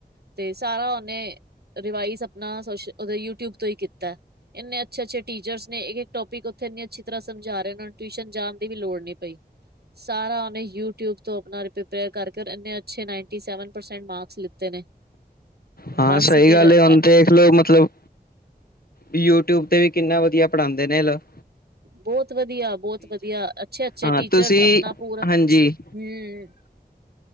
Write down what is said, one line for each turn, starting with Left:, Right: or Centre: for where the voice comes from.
Right: ਤੇ ਸਾਰਾ ਓਨੇ ਰਿਵਾਈਜ਼ ਆਪਣਾ ਸ ਯੂਟਿਊਬ ਤੋਂ ਹੀ ਕੀਤਾ। ਇੰਨੇ ਅੱਛੇ ਅੱਛੇ ਟੀਚਰ ਨੇ ਇਕ ਟੋਪਿਕ ਉੱਥੇ ਇੰਨੀ ਅੱਛੀ ਤਰ੍ਹਾਂ ਸਮਝਾ ਇਹਨਾਂ ਨੂੰ ਟਿਊਸ਼ਨ ਜਾਣ ਦੀ ਵੀ ਲੋੜ ਨੀ ਪਈ। ਸਾਰਾ ਉਹਨੇ ਯੂਟਿਊਬ ਤੋਂ ਆਪਣਾਪੇਅਰ ਕਰਕੇਨੇ ਅਛੇ ਨਸਟ ਮਾਰਕਸ ਲਤੇ ਨੇ।
Left: ਹਾਂ
Right: ਬਸ
Left: ਸਹੀ
Right: ਫੇਰ
Left: ਗੱਲ ਹੁਣ ਤੇ ਲੋਕ ਮਤਲਬ ਯੂਟਿਊਬ ਤੇ ਵੀ ਕਿੰਨਾ ਵਧੀਆ ਪੜ੍ਹਾਉਂਦੇ ਨੇ ਲੋਕ।
Right: ਬਹੁਤ ਵਧੀਆ ਬਹੁਤ ਵਧੀਆ ਅੱਛੇ ਅੱਛੇ
Left: ਹਾਂ
Right: ਟੀਚਰਸ
Left: ਤੁਸੀਂ
Right: ਆਪਣਾ ਪੂਰਾ ਹਮ
Left: ਹਾਂਜੀ